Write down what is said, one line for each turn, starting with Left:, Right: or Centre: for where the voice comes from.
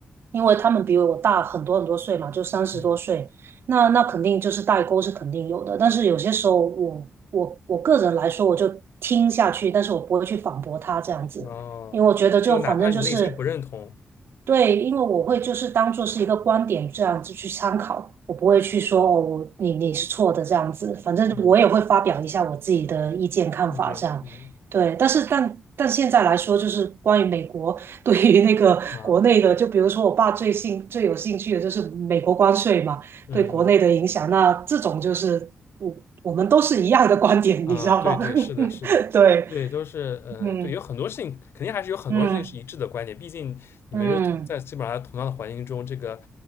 Right: 因为他们比我大很多很多岁嘛，就三十多岁，
Left: 嗯，
Right: 那那肯定就是代沟是肯定有的。但是有些时候我，我我个人来说，我就听下去，但是我不会去反驳他这样子，
Left: 哦，
Right: 因为我觉得就反正就是
Left: 就哪怕你内心不认同。
Right: 对，因为我会就是当做是一个观点这样子去参考，我不会去说哦，我你你是错的这样子，反正我也会发表一下我自己的意见看法这样。
Left: 嗯，意见，嗯
Right: 对，但是但但现在来说，就是关于美国对于那个国内的，
Left: 啊，
Right: 就比如说我爸最兴最有兴趣的就是美国关税嘛，
Left: 嗯嗯
Right: 对国内的影响。那这种就是我我们都是一样的观点，
Left: 啊，
Right: 你知道吗？
Left: 对对，是的，是的，
Right: <laughs> 对，
Left: 对，都是，嗯、
Right: 嗯
Left: 对，有很多事情，肯定还是有很多事情是一致的观点，
Right: 嗯
Left: 毕竟你们是同在基本上同样的环境中，
Right: 嗯，
Left: 这个